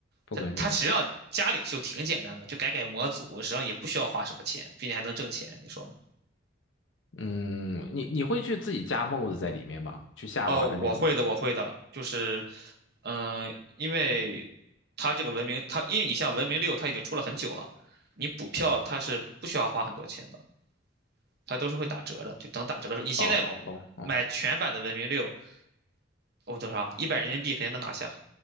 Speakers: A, on the left (about 80°); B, on the right (about 55°).
A: 不更新了。
B: 他他实际上加领袖挺简单的，就改改模组，实际上也不需要花什么钱，并且还能挣钱，你说呢？
A: 嗯，你你会去自己加 mod 在里面吗？去下网上那种？
B: 哦，我会的，我会的，就是，嗯、因为它这个文明，它因为你像文明六，它已经出了很久了，你补票它是不需要花很多钱的，它都是会打折的，就等打折的时候，你现在
A: 哦哦哦哦
B: 买全版的文明六，哦多少啊？一百人民币肯定能拿下。